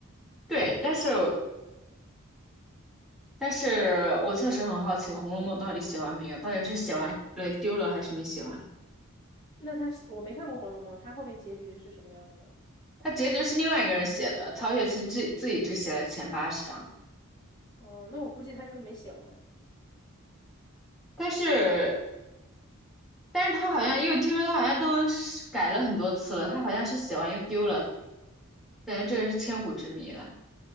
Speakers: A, in the centre; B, on the left.
A: 对，但是。但是我确实很好奇《红楼梦》到底写完没有，到底是写完了丢了还是没写完？
B: <laughs> 那他是，我没看过《红楼梦》，他后面结局是什么样的呢？
A: 它结局是另外一个人写的，曹雪芹自自己只写了前八十章，
B: 嗯、那我估计他就是没写完。
A: 但是但是他好像又听说他好像都是改了很多次了，他好像是写完又丢了，感觉这个是千古之谜了。